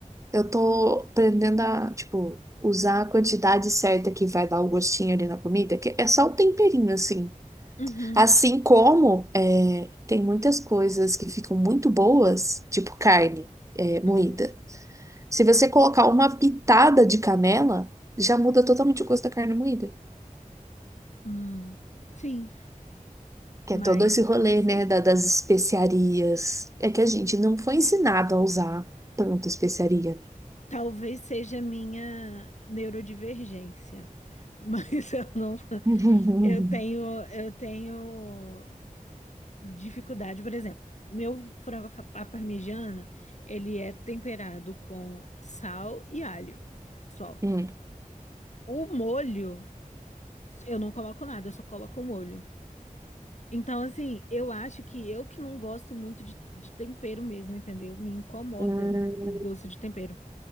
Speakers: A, on the right (about 20°); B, on the left (about 55°).
A: eu tô aprendendo a, tipo, usar a quantidade certa que vai dar o gostinho ali na comida, que é só o temperinho, assim.
B: Uhum.
A: Assim como é, tem muitas coisas que ficam muito boas, tipo carne é, moída.
B: Uhum.
A: Se você colocar uma pitada de canela, já muda totalmente o gosto da carne moída.
B: Hum. Sim,
A: Que
B: mas
A: é todo esse rolê,
B: não sei.
A: né, da- das especiarias. É que a gente não foi ensinado a usar tanto especiaria.
B: Talvez seja minha neurodivergência. Mas <laughs> eu não.
A: <laughs>
B: Eu tenho. Eu tenho. dificuldade, por exemplo, meu frango fa- à parmegiana, ele é temperado com sal e alho, só.
A: Hum,
B: O molho, eu não coloco nada, eu só coloco o molho. Então, assim, eu acho que eu que não gosto muito de, de tempero mesmo, entendeu? Me incomoda
A: hum,
B: o, o gosto de tempero.